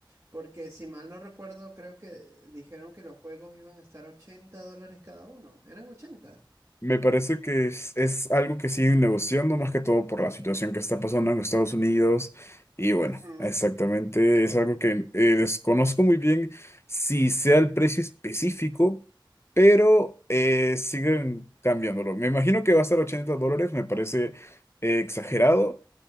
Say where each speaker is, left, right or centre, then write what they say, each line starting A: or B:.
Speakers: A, on the right; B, on the left.
A: porque si mal no recuerdo, creo que dijeron que los juegos iban a estar ochenta dólares cada uno. ¿Eran 80?
B: Me parece que es, es algo que siguen negociando más que todo por la situación que está pasando en Estados Unidos. Y bueno,
A: Ujú.
B: exactamente es algo que eh, desconozco muy bien si sea el precio específico, pero eh, siguen cambiándolo. Me imagino que va a estar 80 dólares, me parece eh, exagerado,